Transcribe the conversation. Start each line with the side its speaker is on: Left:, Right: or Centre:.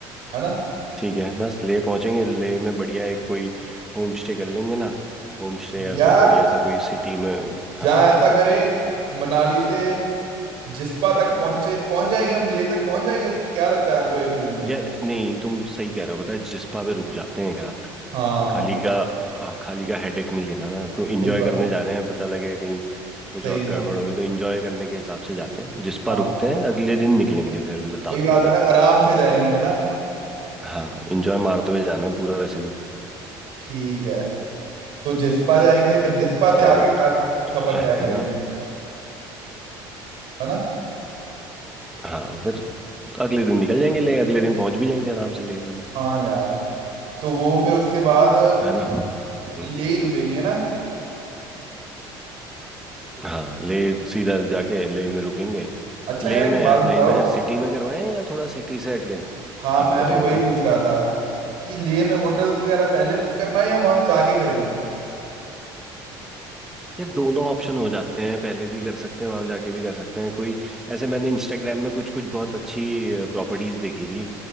Right: है ना
Centre: ठीक है बस ले पहुंचेंगे ले में बढ़िया एक कोई होम स्टे कर लेंगे ना होम स्टे या
Right: यार
Centre: फिर बढ़िया सा कोई सिटी में
Right: जहाँ
Centre: हाँ
Right: ऐसा करें मनाली से जिस्पा तक पहुंचे पहुंच जाएंगे हम लेह तक पहुंच जाएंगे क्या लगता है आपको एक ही दिन में
Centre: यार नहीं तुम सही कह रहे हो पता है जिस्पा पे रुक जाते हैं एक रात
Right: हाँ
Centre: खाली का अ, खाली का हेडेक नहीं लेना ना क्यों इंजॉय
Right: सही बात
Centre: करने जा रहे हैं पता लगे कहीं कुछ
Right: सही
Centre: और गड़बड़
Right: बात है
Centre: होगी तो इंजॉय करने के हिसाब से जाते हैं जिस पर
Right: हाँ
Centre: रुकते हैं अगले दिन निकलेंगे फिर लद्दाख
Right: वही बात
Centre: के लिए
Right: है ना आराम से जाएंगे है ना
Centre: हाँ इंजॉय मारते हुए जाना है पूरा वैसे भी
Right: ठीक है तो जिस्पा जाएंगे फिर जिस्पा
Centre: तो
Right: से आगे का सफर
Centre: अ,
Right: तय करेंगे
Centre: है ना
Right: है ना
Centre: हाँ फिर अगले दिन निकल जाएंगे ले अगले दिन पहुंच भी जाएंगे आराम से ले हम
Right: हाँ यार तो वो फिर उसके बाद
Centre: है ना हम्म,
Right: ले ही रुकेंगे है ना
Centre: हाँ ले सीधा जाके ले में रुकेंगे
Right: अच्छा
Centre: ले
Right: यार एक
Centre: में
Right: बात
Centre: यार
Right: बताओ
Centre: ले में सिटी में करवाएं या थोड़ा सिटी से हट के
Right: हाँ
Centre: हाँ
Right: मैं
Centre: बताओ
Right: भी वही
Centre: बताओ
Right: पूछ रहा था कि ले में होटल्स वगैरह पहले बुक करना है या वहां जाके करें
Centre: यार दोनों ऑप्शन हो जाते हैं पहले भी कर सकते हैं वहां जाके भी कर सकते हैं कोई ऐसे मैंने इंस्टाग्राम में कुछ कुछ बहुत अच्छी प्रॉपर्टीज देखी थी